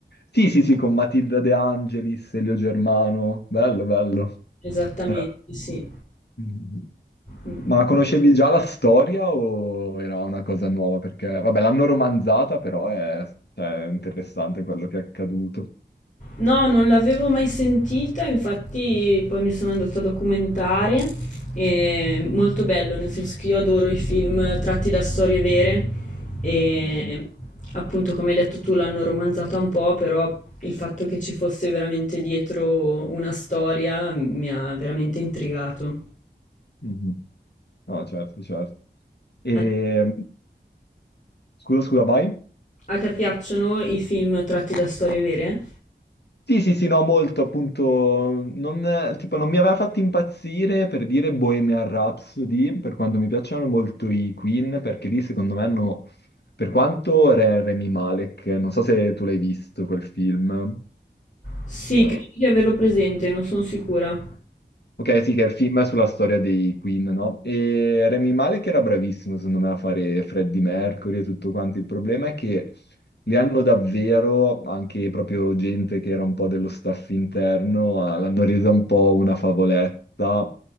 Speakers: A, on the left; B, on the left.
A: Sì, sì, sì, con Matilda De Angelis, Elio Germano. Bello, bello.
B: Esattamente,
A: Eh,
B: sì.
A: mm.
B: Mm.
A: Ma conoscevi già la storia o era una cosa nuova? Perché, vabbè, l'hanno romanzata, però è, cioè, è interessante quello che è accaduto.
B: No, non l'avevo mai sentita, infatti poi mi sono andata a documentare. È molto bello, nel senso che io adoro i film tratti da storie vere e
A: Mhm.
B: appunto, come hai detto tu, l'hanno romanzata un po', però il fatto che ci fosse veramente dietro una storia mi ha veramente intrigato.
A: Mhm. No, certo, certo. E...
B: A
A: Scusa, scusa, vai.
B: a te piacciono i film tratti da storie vere?
A: Sì, sì, sì, no, molto, appunto, non, tipo, non mi aveva fatto impazzire per dire Bohemian Rhapsody, per quanto mi piacciono molto i Queen, perché lì secondo me hanno, per quanto Re- Rami Malek, non so se tu l'hai visto quel film.
B: Sì,
A: eh,
B: credo di averlo presente, non sono sicura.
A: Ok, sì, che è il film sulla storia dei Queen, no? E Rami Malek era bravissimo, secondo me, a fare Freddie Mercury e tutto quanto. Il problema è che li hanno davvero, anche proprio gente che era un po' dello staff interno, eh, l'hanno resa un po' una favoletta,